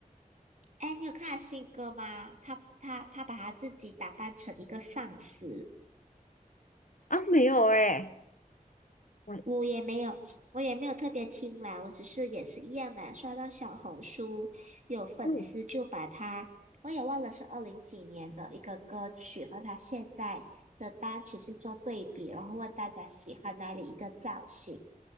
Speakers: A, on the right; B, on the left.
A: 哎，你有看他新歌吗？他他他把他自己打扮成一个丧尸，
B: 啊，没有诶，我
A: 我也没有，我也没有特别听啦，我只是也是一样的，刷到小红书有粉丝就把他，
B: 嗯
A: 我也忘了是二零几年的一个歌曲和他现在的单曲是做对比，然后问大家喜欢哪里一个造型。